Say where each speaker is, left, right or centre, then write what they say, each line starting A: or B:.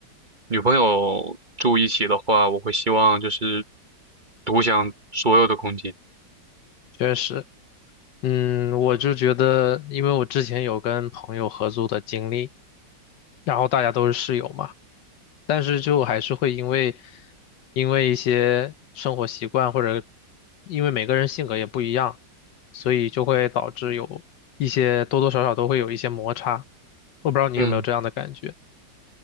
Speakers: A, on the right (about 30°); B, on the left (about 70°).
A: 女朋友住一起的话，我会希望就是独享所有的空间。
B: 确实，嗯，我就觉得，因为我之前有跟朋友合租的经历，然后大家都是室友嘛。但是就还是会因为因为一些生活习惯或者因为每个人性格也不一样，所以就会导致有一些多多少少都会有一些摩擦。我不知道你有没有这样的感觉？
A: 嗯，